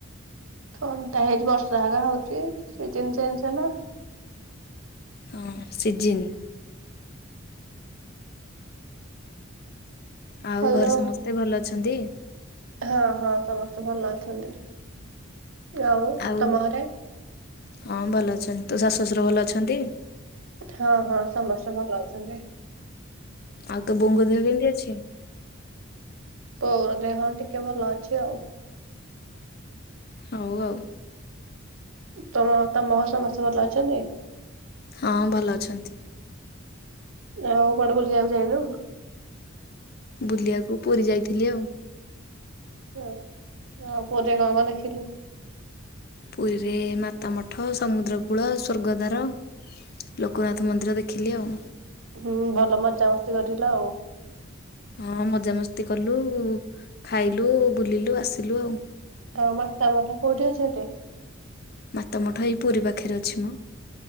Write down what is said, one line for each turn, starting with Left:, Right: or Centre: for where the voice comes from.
Right: ଥଣ୍ଡା ହେଇଛି ବର୍ଷା ହୋଗା ହଉଛି ସିଜିନ ଚେଞ୍ଜ ହେଲା।
Left: ହଁ ସିଜିିନ ଆଉ
Right: ହ୍ୟାଲୋ।
Left: ଘରେ ସମସ୍ତେ ଭଲ ଅଛନ୍ତି?
Right: ହଁ ହଁ ସମସ୍ତେ ଭଲ ଅଛନ୍ତି, ଆଉ
Left: ଆଉ
Right: ତମ ଘରେ?
Left: ହଁ ଭଲ ଅଛନ୍ତି, ତୋ ଶାଶୁ ଶଶୁର ଭଲ ଅଛନ୍ତି?
Right: ହଁ ହଁ ସମସ୍ତେ ଭଲ ଅଛନ୍ତି।
Left: ଆଉ ତୋ ବୋଉଙ୍କ ଦେହ କେମିତି ଅଛି?
Right: ବୋଉର ଦେହ ଟିକେ ଭଲ ଅଛି ଆଉ।
Left: ହଉ ଆଉ।
Right: ତମ ତ ମହ ସମସ୍ତେ ଭଲ ଅଛନ୍ତି?
Left: ହଁ ଭଲ ଅଛନ୍ତି।
Right: ଆଉ କୁଆଡେ ବୁଲିଆକୁ ଯାଇନୁ?
Left: ବୁଲିଆକୁ ପୁରୀ ଯାଇଥିଲି ଆଉ।
Right: ହଁ ଆଉ ପୁରୀରେ କଣ କଣ ଦେଖିଲୁ?
Left: ପୁରୀରେ ମାତାମଠ ସମୁଦ୍ର କୂଳ ସ୍ୱର୍ଗଦ୍ବାର। ଲୋକନାଥ ମନ୍ଦିର ଦେଖିଲି ଆଉ।
Right: ହୁଁ ଭଲ ମଜାମସ୍ତି କରିଲ ଆଉ।
Left: ହଁ ମଜାମସ୍ତି କଲୁ ଖାଇଲୁ ବୁଲିଲୁ ଆସିଲୁ ଆଉ।
Right: ଆଉ ମାତା ମଠ କୋଉଠି ଅଛନ୍ତି?
Left: ମାତାମଠ ଏଇ ପୁରୀ ପାଖରେ ଅଛି ମଁ।